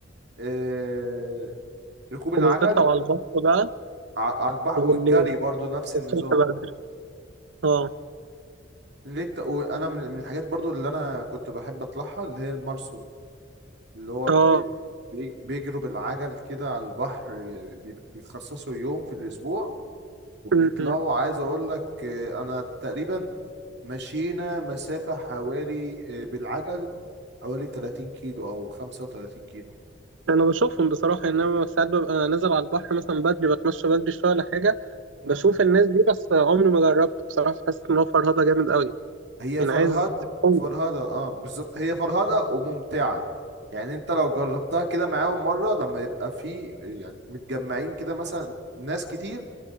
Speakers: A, on the right; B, on the right.
A: آه ركوب العجل
B: وبالذات لو على البحر بقى
A: ع- على البحر
B: وبالليل
A: والجري برضو نفس
B: الصبح
A: النظام
B: بدري اه
A: اللي انت وانا من من الحاجات برضو اللي انا كنت بحب اطلعها اللي هي المارسون اللي هو
B: اه
A: بي- بي- بيجروا بالعجل كده على البحر بيبقى- بيخصصوا يوم في الاسبوع وبنطلعوا
B: مم. مم.
A: عايز اقول لك آه، انا تقريبا مشينا مسافة حوالي آه، بالعجل حوالي 30 كيلو او 35 كيلو
B: أنا بشوفهم بصراحة إن أنا ساعات ببقى نازل على البحر مثلا بدري بتمشى بدري شوية ولا حاجة
A: مم.
B: بشوف الناس دي بس عمري ما جربت بصراحة حاسس إن هو فرهدة جامد أوي
A: هي
B: يعني
A: فرهد
B: عايز قوة
A: فرهدة اه بالظبط هي فرهدة وممتعة يعني انت لو جربتها كده معاهم مرة لما يبقى في يعني متجمعين كده مثلا ناس كتير